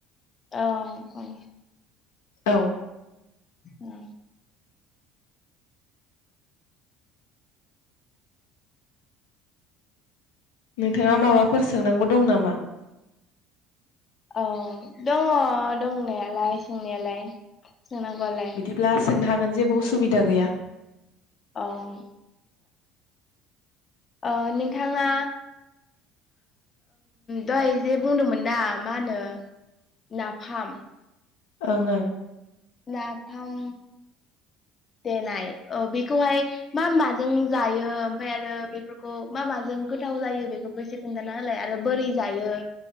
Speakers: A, on the left; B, on the left.
A: औ औ
B: औ
A: ओम
B: नोंथाङा माबाफोर सोंनांगौ दं नामा
A: औ दङ दंनायालाय सोंनायालाय सोंनांगौआलाय
B: ब्ला सोंनो हागोन जेबो उसुबिदा गैया
A: अ ओ ओ नोंथाङा दहाय जे बुंदोंमोन ना मा होनो नाफाम
B: ओं ओं
A: नाफाम देनाय ओ बेखौहाय मा माजों जायो ओमफ्राय आरो बेफोरखौ मा माजों गोथाव जायो बेफोरखौ एसे खोनदाना होलाय आरो बोरै जायो